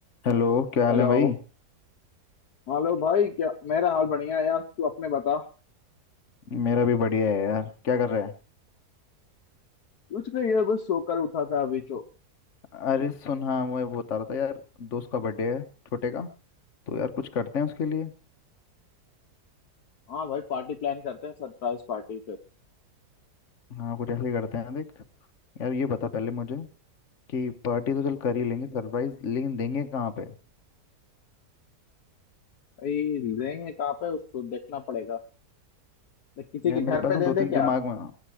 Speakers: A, on the left; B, on the left.
A: Hello क्या हाल
B: Hello
A: है भाई
B: Hello भाई क्या मेरा हाल बढ़िया है यार तू अपने बता
A: मेरा भी बढ़िया है यार क्या कर रहा है
B: कुछ नहीं यार बस सोकर उठा था अभी तो
A: अरे सुन हाँ मैं वो बता रहा था यार दोस्त का बर्थडे है छोटे का तो यार कुछ करते हैं उसके लिए
B: हाँ भाई पार्टी प्लान करते हैं सरप्राइज पार्टी फिर
A: हाँ कुछ ऐसे ही करते हैं देख यार ये बता पहले मुझे कि पार्टी तो चल कर ही लेंगे सरप्राइज लेकिन देंगे कहाँ पे
B: भाई देंगे कहाँ पे उसको देखना पड़ेगा तो किसी
A: यार
B: के
A: मेरे
B: घर
A: पास
B: पे
A: ना दो
B: दे
A: तीन
B: दें क्या
A: दिमाग में हाँ।